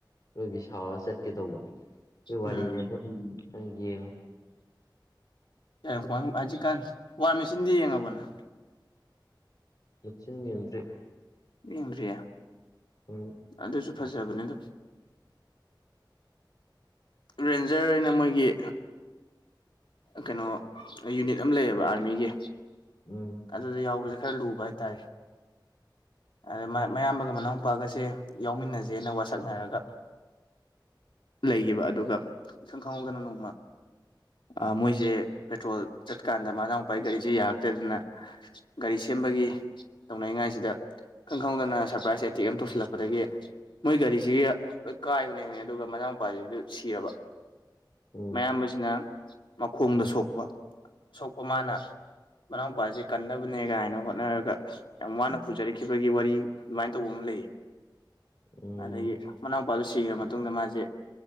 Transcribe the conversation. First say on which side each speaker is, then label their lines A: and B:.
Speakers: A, on the left; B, on the left.
A: ꯔꯣꯏꯕꯤ ꯁꯥꯎꯔ ꯆꯠꯀꯦ ꯇꯧꯕꯅꯤ ꯗꯨ ꯋꯥꯔꯤꯅꯦ
B: ꯎꯝ
A: <unintelligible> ꯅꯪ ꯌꯦꯉꯣ
B: <unintelligible> ꯖꯤꯛꯀꯥꯟ ꯋꯥꯔ ꯃꯦꯆꯤꯟꯗꯤ ꯌꯦꯡꯉꯕꯣꯅ
A: ꯃꯦꯆꯤꯟ ꯌꯦꯡꯗ꯭ꯔꯤ
B: ꯌꯦꯡꯗ꯭ꯔꯤꯌꯦ
A: ꯎꯝ
B: ꯑꯗꯨꯖꯨ ꯐꯖꯕꯅꯦ ꯗꯨꯝ ꯔꯦꯟꯖꯔ ꯑꯩꯅ ꯃꯣꯏꯒꯤ ꯀꯩꯅꯣ ꯌꯨꯅꯤꯠ ꯑꯝ ꯂꯩꯌꯦꯕ ꯑꯥꯔꯃꯤꯒꯤ
A: ꯎꯝ
B: ꯑꯗꯨꯗ ꯌꯥꯎꯕꯖꯦ ꯈꯔ ꯂꯨꯕ ꯍꯥꯏꯇꯥꯔꯦ ꯑꯗ ꯃꯥꯏ ꯃꯌꯥꯝꯕꯒ ꯃꯅꯥꯎꯄꯥꯒꯁꯦ ꯌꯥꯎꯃꯤꯟꯅꯖꯦꯅ ꯋꯥꯁꯛꯅꯔꯒ ꯂꯩꯒꯤꯕ ꯑꯗꯨꯒ ꯏꯪꯈꯪ ꯈꯪꯍꯧꯗꯅ ꯅꯣꯡꯃ ꯑꯥ ꯃꯣꯏꯖꯦ ꯄꯦꯇ꯭ꯔꯣꯜ ꯆꯠꯀꯥꯟꯗ ꯃꯅꯥꯎ ꯄꯥꯏ ꯒꯥꯔꯤꯖꯦ ꯌꯥꯔꯛꯇꯗꯅ ꯒꯥꯔꯤ ꯁꯦꯝꯕꯒꯤ ꯇꯧꯅꯩꯉꯥꯏꯁꯤꯗ ꯈꯪ ꯈꯪꯍꯧꯗꯅ ꯁꯔꯄ꯭ꯔꯥꯏꯁ ꯑꯦꯇꯦꯛ ꯑꯝ ꯇꯧꯁꯤꯜꯂꯛꯄꯗꯒꯤ ꯃꯣꯏ ꯒꯥꯔꯤꯖꯤ ꯂꯣꯏ ꯀꯥꯏꯕꯅꯦꯃꯤ ꯑꯗꯨꯒ ꯃꯅꯥꯎꯄꯥꯖꯤꯗꯨ ꯁꯤꯔꯕ
A: ꯎꯝ
B: ꯃꯌꯥꯝꯕꯁꯤꯅ ꯃꯈꯣꯡꯗ ꯁꯣꯛꯄ ꯑꯁꯣꯛꯄ ꯃꯥꯅ ꯃꯅꯥꯎꯄꯥꯖꯤ ꯀꯟꯅꯕꯅꯦ ꯒꯥꯏꯅ ꯍꯣꯠꯅꯔꯒ ꯌꯥꯝ ꯋꯥꯅ ꯄꯨꯖꯔꯛꯈꯤꯕꯒꯤ ꯋꯥꯔꯤ ꯑꯗꯨꯃꯥꯏ ꯇꯧꯕ ꯑꯝ ꯂꯩꯌꯦ
A: ꯎꯝ
B: ꯑꯗꯒꯤ ꯃꯅꯥꯎꯄꯥꯗꯨ ꯁꯤꯒꯔ ꯃꯇꯨꯡꯗ ꯃꯥꯖꯦ